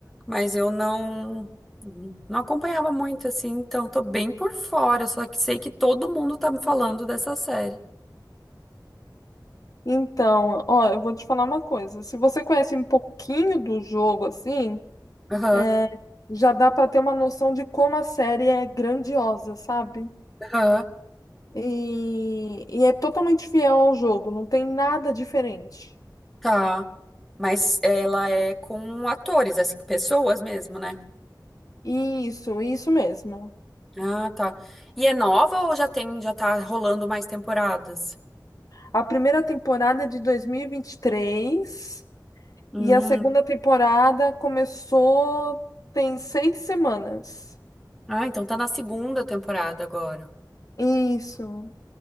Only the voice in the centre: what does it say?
mas eu não não acompanhava muito, assim, então tô bem por fora, só que sei que todo mundo tá me falando dessa série.
Aham,
aham,
tá. Mas ela é com atores, assim, pessoas mesmo, né?
Ah, tá. E é nova ou já tem, já tá rolando mais temporadas?
Hum.
Ah, então tá na segunda temporada agora.